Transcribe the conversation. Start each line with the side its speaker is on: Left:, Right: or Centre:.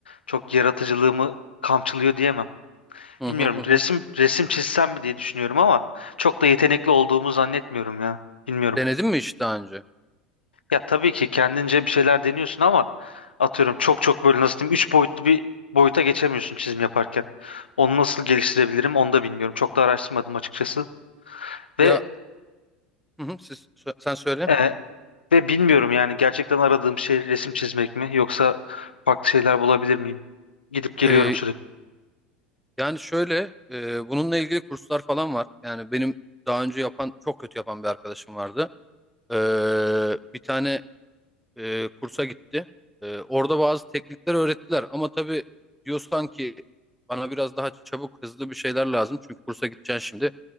Left: çok yaratıcılığımı kamçılıyor diyemem.
Centre: Hı
Left: Bilmiyorum
Centre: hı hı hı.
Left: resim resim çizsem mi diye düşünüyorum ama çok da yetenekli olduğumu zannetmiyorum ya. Bilmiyorum.
Centre: Denedin mi hiç daha önce?
Left: Ya tabii ki kendince bir şeyler deniyorsun ama atıyorum çok çok böyle nasıl diyeyim 3 boyutlu bir boyuta geçemiyorsun çizim yaparken. Onu nasıl geliştirebilirim onu da bilmiyorum. Çok da araştırmadım açıkçası.
Centre: Ya
Left: Ve
Centre: hı hı, siz, sö- sen söyle.
Left: e, ve bilmiyorum yani gerçekten aradığım şey resim çizmek mi yoksa farklı şeyler bulabilir miyim? Gidip
Centre: E,
Left: geliyorum sürekli.
Centre: yani şöyle e, bununla ilgili kurslar falan var. Yani benim daha önce yapan çok kötü yapan bir arkadaşım vardı. E, bir tane e, kursa gitti. E, orada bazı teknikler öğrettiler ama tabii diyorsan ki bana biraz daha çabuk hızlı bir şeyler lazım. Çünkü kursa gideceksin şimdi